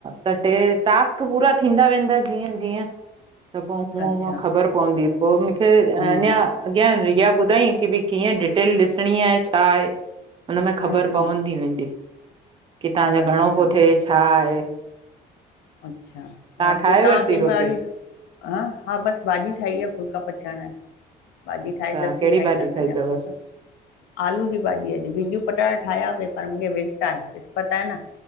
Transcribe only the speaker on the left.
ईअं
अच्छा
हम्म,
हम्म,
हम्म,
अच्छा,
अच्छा
हा
पो तव्हां
केॾी
महिल ह हा बसि भाॼी ठाही आ फुल्का पच अचण भाॼी
ठाहे लस्सी
ठाहींदासि
अञा
हा ह आलू जी भाॼी अॼ भींंडियूं पटाटा ठाहिया ते। पर मुखे विर्तु आहे। विस्पति आहे न,